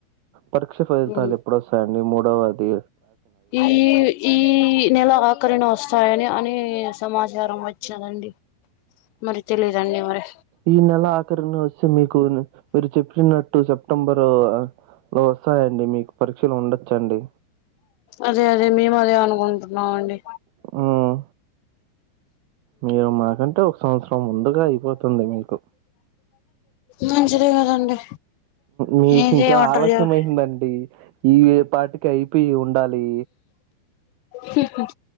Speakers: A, on the right; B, on the left.
A: పరీక్ష ఫలితాలు
B: ఉమ్
A: ఎప్పుడొస్తాయండి మూడోవది
B: ఈ ఈ నెల ఆఖరిన వస్తాయని అని సమాచారం వచ్చిందండి మరి తెలియదండి మరి
A: ఈ నెల ఆఖరిన వస్తే మీకు మీరు చెప్పినట్టు సెప్టెంబరు రో వస్తాయండి మీకు పరీక్షలు ఉండొచ్చండి
B: అదే అదే మేము అదే అనుకుంటున్నాం అండి
A: హ్మ్. మీరు మాకంటే ఒక సంవత్సరం ముందుగా అయిపోతుంది మీకు
B: మంచిదే కదండి
A: మీకు
B: ఏం
A: ఇంకా
B: చేయమంటారు
A: ఆలస్యం
B: చెప్
A: అయిందండి ఈ పాటికి అయిపోయి ఉండాలి
B: హుహుమ్